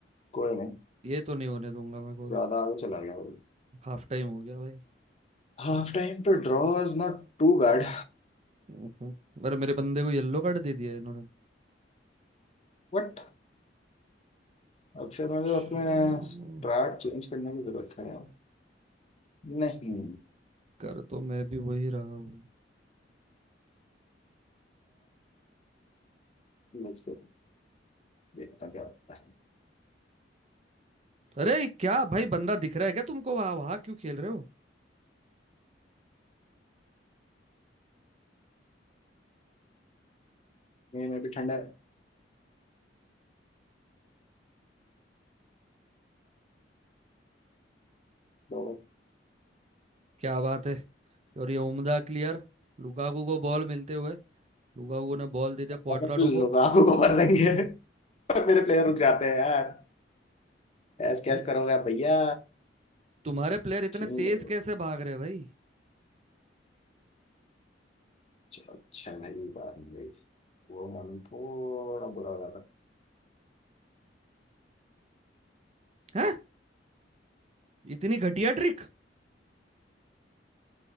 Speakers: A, on the left; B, on the right.
A: कोई नहीं
B: ये तो नहीं होने दूंगा मैं गोल
A: ज्यादा आगे चला गया भाई
B: हाफ टाइम हो गया भाई
A: हाफ टाइम पे draw is not too bad
B: हम्म। अरे मेरे बंदे को येलो कार्ड दे दिया इन्होंने
A: But अब शायद मुझे
B: चलो,
A: अपने स्टार्ट चेंज करने की जरूरत है यार। नहीं
B: कर तो मैं भी वही रहा हूँ
A: लेट्स गो देखता क्या होता है
B: अरे क्या भाई बंदा दिख रहा है क्या तुमको वहां वहां क्यों खेल रहे हो
A: नहीं मैं भी ठंडा है तो
B: क्या बात है और ये उम्दा क्लियर लुकाकू को बॉल मिलते हुए लुकाकू ने बॉल दे दिया क्वाड्राडो
A: अरे
B: को
A: लुगाको को भर देंगे <laughs> पर मेरे प्लेयर रुक जाते हैं यार ऐस
B: भाई
A: कैस करोगे भैया
B: तुम्हारे प्लेयर इतने
A: छीन
B: तेज
A: लो
B: कैसे भाग रहे हैं भाई
A: चलो अच्छा भाई बात नहीं गई वो मालूम थोड़ा बुरा हो जाता
B: हैं इतनी घटिया ट्रिक